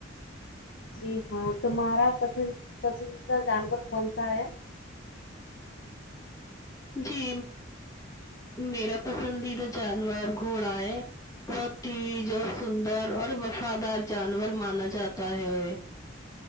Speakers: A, on the left; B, on the left.
A: جی ہاں تمہارا پسند پسندیدہ جانور کون سا ہے
B: جی میرا پسندیدہ جانور گھوڑا ہے بوھت تج اور سندر اور وفادار جانور مانا جاتا ہے